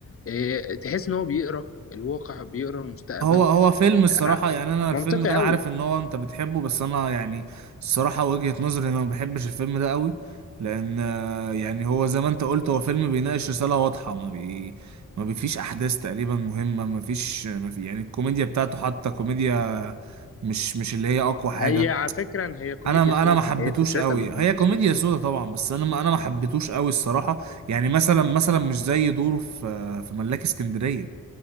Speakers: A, on the left; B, on the right.
A: إيه، تحس ان هو بيقرا الواقع بيقرا المستقبل
B: هو هو فيلم الصراحة
A: آه،
B: يعني أنا
A: منطقي
B: الفيلم ده أنا
A: قوي
B: عارف إن هو أنت بتحبه بس أنا يعني الصراحة وجهة نظري إن أنا ما بحبش الفيلم ده قوي لأن آه، يعني هو زي ما أنت قلت هو فيلم بيناقش رسالة واضحة ما بي ما بيفيش أحداث تقريبا مهمة ما فيش ما في يعني الكوميديا بتاعته حتى كوميديا مش مش اللي هي أقوى حاجة
A: هي على فكره هي كوميديا
B: أنا ما
A: سودا
B: أنا ما حبيتوش
A: هي فكرتها
B: قوي
A: انه كوميديا
B: هي كوميديا
A: سودا
B: سودا طبعا بس أنا ما أنا ما حبيتوش قوي الصراحة يعني مثلا مثلا مش زي دوره في في ملاك اسكندرية